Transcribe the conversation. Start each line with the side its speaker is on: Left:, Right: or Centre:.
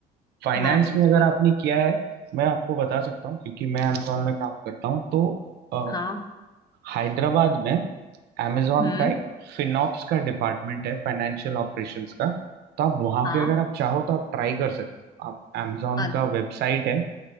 Right: फाइनेंस
Left: हाँ बिल्कुल
Right: में अगर आपने किया है मैं आपको बता सकता हूँ क्योंकि मैं अमेजोन में काम करता हूँ तो अ,
Left: हाँ
Right: हैदराबाद में अमेजोन
Left: हम्म
Right: का एक फिनॉप्स का डिपार्टमेंट है फाइनेंशियल ऑपरेशंस का तो आप वहां
Left: हाँ
Right: पे अगर आप चाहो तो आप ट्राई कर सकते हो आप अमेजोन
Left: अ-
Right: का वेबसाइट है